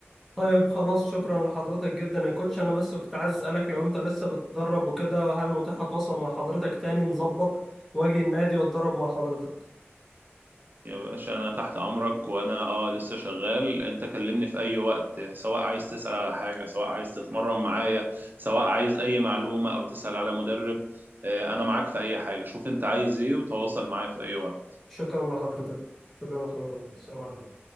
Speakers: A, in the centre; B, on the right.
A: طيب خلاص شكرا لحضرتك جدا يا كوتش انا بس كنت عايز اسالك لو انت لسه بتتدرب وكده هل متاح اتواصل مع حضرتك تاني نظبط واجي النادي واتدرب مع حضرتك
B: يا باشا انا تحت امرك وانا اه لسه شغال انت كلمني في اي وقت سواء عايز تسأل على حاجة سواء عايز تتمرن معايا سواء عايز اي معلومة او تسأل على مدرب آه، انا معاك في اي حاجة شوف انت عايز ايه وتواصل معايا في اي وقت
A: شكرا لحضرتك شكرا لحضرتك السلام عليكم